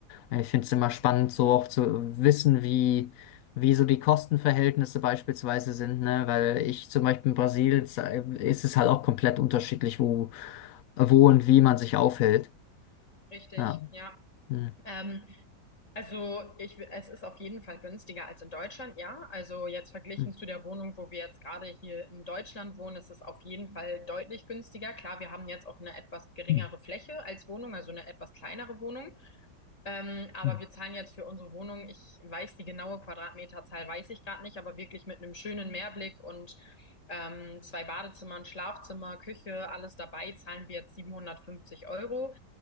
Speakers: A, on the left; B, on the left.
A: Ich finde es immer spannend, so auch zu wissen, wie, wie so die Kostenverhältnisse beispielsweise sind, ne? Weil ich zum Beispiel in Brasilien äh, ist es halt auch komplett unterschiedlich, wo, wo und wie man sich aufhält.
B: Richtig,
A: Ja.
B: ja.
A: Hm.
B: Ähm, also ich, wi- es ist auf jeden Fall günstiger als in Deutschland, ja. Also jetzt verglichen
A: Hm.
B: zu der Wohnung, wo wir jetzt gerade hier in Deutschland wohnen, ist es auf jeden Fall deutlich günstiger. Klar, wir haben jetzt auch eine etwas geringere
A: Hm.
B: Fläche als Wohnung, also eine etwas kleinere Wohnung. Ähm, aber
A: hm.
B: wir zahlen jetzt für unsere Wohnung, ich weiß die genaue Quadratmeterzahl, weiß ich gerade nicht, aber wirklich mit einem schönen Meerblick und ähm, zwei Badezimmern, Schlafzimmer, Küche, alles dabei, zahlen wir jetzt 750 Euro.